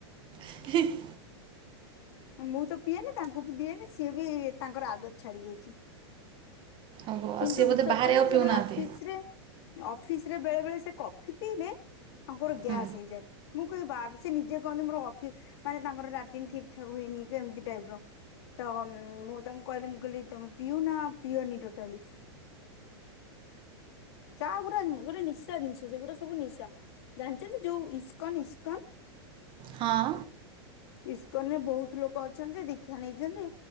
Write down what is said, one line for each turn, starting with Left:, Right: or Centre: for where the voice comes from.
Right: <inaudible>
Left: ମୁଁ ତ ପିଏନି ତାଙ୍କୁ ବି ଦିଏନି ସିଏ ବି ତାଙ୍କର ଆଦତ୍ ଛାଡ଼ି ଯାଇଛି।
Right: ଓହୋ ଆଉ
Left: କିନ୍ତୁ
Right: ସିଏ ବୋଧେ
Left: ବିଶ୍ୱାସ
Right: ବାହାରେ
Left: କରିବେନି
Right: ଆଉ
Left: ସେ
Right: ପିଉନାହାନ୍ତି
Left: ଯେତେବେଳେ ଅଫିସ ରେ ଅଫିସ୍ ରେ ବେଳେ ବେଳେ ସେ କଫି ପିଇଲେ ତାଙ୍କର ଗ୍ୟାସ୍
Right: ହୁଁ
Left: ହେଇଯାଏ। ମୁଁ କହିବି <unintelligible> ସେ ନିଜେ କହନ୍ତି ମୋର ଅଫିସ୍ ମାନେ ତାଙ୍କର ଲାଟିନ ଠିକ ବଥା ହୁଏନି ଯେ ଏମିତି ଟାଇପ୍ ର ତ ମୁଁ ତାଙ୍କୁ କହିଲି ମୁଁ କହିଲି ତମେ ପିଉ ନ ପିଅନି ଟୋଟାଲି। ଚା ଗୁଡା ଗୋଟେ ନିଶା ଜିନିଷ ସେଗୁଡାକ ସବୁ ନିଶା ଜାଣିଛନ୍ତି। ଯୋଉ ଇସ୍କନ ଇସ୍କନ
Right: ହଁ।
Left: ଇସ୍କନରେ ବହୁତ ଲୋକ ଅଛନ୍ତି ଦୀକ୍ଷା ନେଇଛନ୍ତି।